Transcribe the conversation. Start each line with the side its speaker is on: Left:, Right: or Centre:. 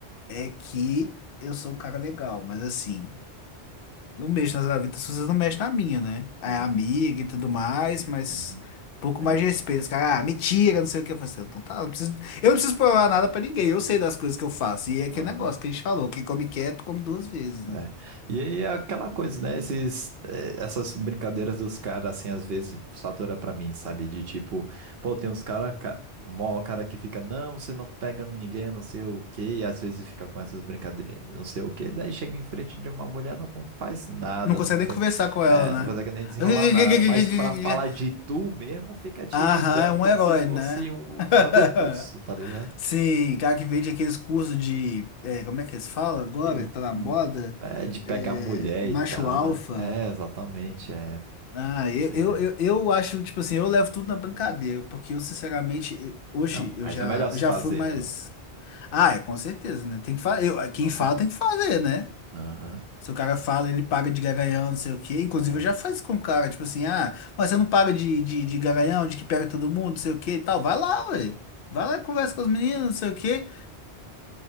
Left: é que eu sou um cara legal, mas assim, não mexo nas gavetas, vocês não mexem na minha, né? É
Right: Uhum,
Left: amiga e tudo mais, mas
Right: uhum.
Left: um pouco
Right: É,
Left: mais de respeito. Os caras, ah, mentira, não sei o que. Eu falei assim, "Ah, então tá, eu não preciso, eu não preciso provar nada pra ninguém, eu sei das coisas que eu faço. E é aquele
Right: aham.
Left: negócio que a gente falou, quem come quieto, come duas vezes, né?
Right: É. E aí é aquela coisa, né? Esses, eh, essas brincadeiras dos caras, assim, às vezes satura pra mim, sabe? De tipo, pô, tem uns caras, ca... mó cara que fica, não, você não pega ninguém, não sei o quê, e às vezes fica com essas brincadeiras, não sei o quê, daí chega em frente de uma mulher, não con- faz nada,
Left: Não consegue
Right: não consegue,
Left: nem conversar com
Right: é,
Left: ela, né?
Right: não consegue nem desenrolar
Left: <laughs>
Right: nada, mas pra falar de tu mesmo, fica te
Left: Aham,
Right: julgando
Left: é um
Right: como
Left: herói,
Right: se fosse
Left: né?
Right: um,
Left: <laughs>
Right: um cara do curso, tá ligado?
Left: Sim, cara que vende aqueles cursos de. é, como é que eles falam agora?
Right: de,
Left: Tá na
Right: hum,
Left: moda?
Right: é, de pegar
Left: É,
Right: mulher
Left: macho
Right: e tal,
Left: alfa.
Right: né? É, exatamente, é
Left: Ah, eu,
Right: desse
Left: eu,
Right: jeito.
Left: eu, eu acho, tipo assim, eu levo tudo na brincadeira, porque eu, sinceramente, eu- hoje
Right: Não,
Left: eu
Right: mas
Left: já,
Right: é o melhor se
Left: eu já
Right: fazer,
Left: fui mais.
Right: né, mano?
Left: Ah, é, com certeza, né? Tem que fazer.
Right: Uhum. Senão
Left: Quem fala
Right: você.
Left: tem que fazer, né?
Right: Aham,
Left: Se o cara fala, ele paga de garanhão, não sei o quê. Inclusive,
Right: é.
Left: eu já faço com o cara, tipo assim, ah, mas você não paga de, de, de garanhão, de que pega todo mundo, não sei o quê e tal. Vai lá, ué. Vai lá, e conversa com os meninos, não sei o quê.